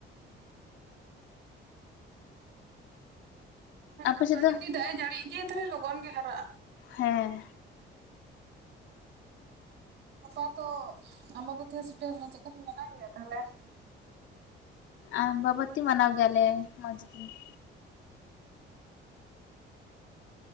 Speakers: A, on the right (about 60°); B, on the left (about 85°).
A: <unintelligible> ᱦᱮᱸ ᱱᱚᱝᱠᱟ
B: ᱟᱯᱮ ᱥᱮᱫ ᱫᱚ?
A: ᱡᱩᱫᱤ ᱫᱟᱜ ᱮ ᱡᱟᱹᱲᱤ ᱤᱫᱤᱭᱟ ᱛᱟᱦᱚᱞᱮ ᱞᱚᱜᱚᱱ ᱜᱮ ᱦᱟᱨᱟᱜ-ᱟ᱾
B: ᱦᱮᱸ
A: ᱜᱟᱯᱟ ᱛᱚ ᱟᱢᱟᱵᱳᱛᱤ ᱦᱚᱸ ᱥᱮᱴᱮᱨ ᱮᱱᱟ ᱪᱮᱠᱟᱯᱮ ᱢᱮ ᱢᱟᱱᱟᱣ ᱜᱮᱭᱟ ᱛᱟᱦᱚᱞᱮ ᱾
B: ᱟᱢᱵᱟᱵᱚᱛᱤ ᱢᱟᱱᱟᱣ ᱜᱮᱭᱟᱞᱮ ᱢᱚᱡᱽ ᱜᱮ ᱾